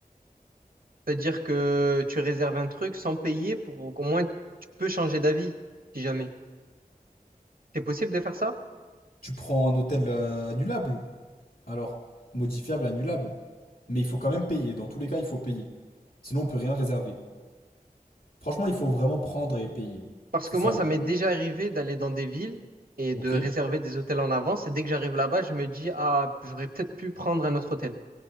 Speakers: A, on the right; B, on the left.
A: C'est-à-dire que tu réserves un truc sans payer pour qu'au moins tu peux changer d'avis, si jamais. C'est possible de faire ça?
B: Tu prends un hôtel euh, annulable. Alors, modifiable, annulable. Mais il faut quand même payer. Dans tous les cas, il faut payer. Sinon, on peut rien réserver. Franchement, il faut vraiment prendre et payer.
A: Parce
B: C'est
A: que moi,
B: ça
A: ça
B: le...
A: m'est déjà arrivé d'aller dans des villes et de
B: Ok?
A: réserver des hôtels en avance. Et dès que j'arrive là-bas, je me dis, ah, j'aurais peut-être pu prendre un autre hôtel.